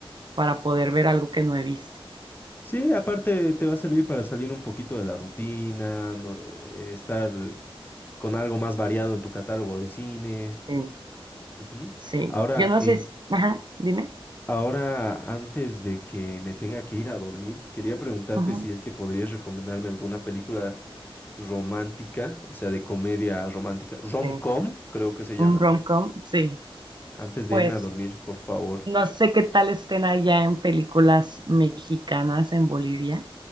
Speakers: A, on the right; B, on the left.
A: para poder ver algo que no he visto.
B: Sí, aparte te va a servir para salir un poquito de la rutina, no- eh, estar con algo más variado en tu catálogo de cine.
A: Sí,
B: Ujú.
A: sí.
B: Ahora,
A: Yo no
B: en,
A: sé si... Ajá, dime.
B: ahora, antes de que me tenga que ir a dormir, quería preguntarte
A: Ajá,
B: si es que podrías recomendarme alguna película romántica, o sea, de comedia romántica, rom-com,
A: sí.
B: creo que se llaman,
A: Un rom-com, sí.
B: antes de
A: Pues
B: irme a dormir, por favor.
A: no sé qué tal estén allá en películas mexicanas en Bolivia,